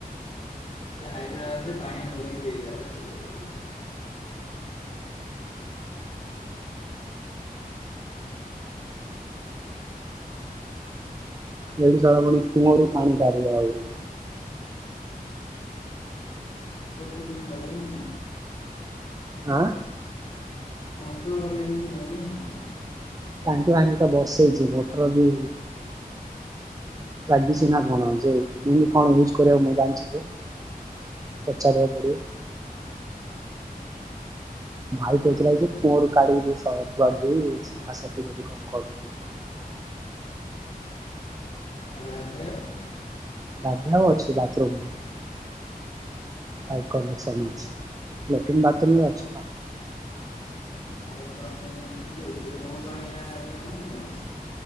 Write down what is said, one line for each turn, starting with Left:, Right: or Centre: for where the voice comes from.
Left: ଯେ ହାଇଦ୍ରାବାଦରେ ପାଣି ଭରିକି ଦେଇଥାଏ।
Right: ଏଇଠି ଶଳା ପୁଣି କୁଅଁରୁ ପାଣି କଡ଼ିବ ଆହୁରି।
Left: ସେମିତି ଦବ ହିଁ ନାହିଁ।
Right: ଆଁ?
Left: ମଟର ଲଗେଇଦେଇଚି ଘରେ।
Right: ଟାଙ୍କି ଫାଙ୍କି ତ ବସେଇଚି ମଟର ବି ଲାଗିଚି ନାଁ କଣ ଯେ କେମିତି କଣ ୟୁଜ୍ କରିବା ମୁଁ ଜାଣିଚି କି? ପଚାରିବା ପଡ଼ିବ। ଭାଇ କୋହୁଥୁଲେ ଆଜି କୂଅରୁ କାଢ଼ିକି ସ ଧୁଆ ଧୁଇ ସଫାସଫି ଯଦି କଁ କରିବୁ ବୋଲି। <unintelligible>
Left: ଆ ଗାଧେଆବା
Right: ଗାଧେଇବାକୁ ଅଛି ବାଥରୁମ୍ ଟେ। ପାଇପ୍ କନେକ୍ସନ୍ ଅଛି ଲାଟିନ୍ ବାଥରୁମ୍ ରେ ଅଛି ପା
Left: ପାଇପ୍ କନେକ୍ସନ୍ ହେଇଚି ଯେ ସେ କୋଉ ପାଣିଆ <unintelligible> କଣ।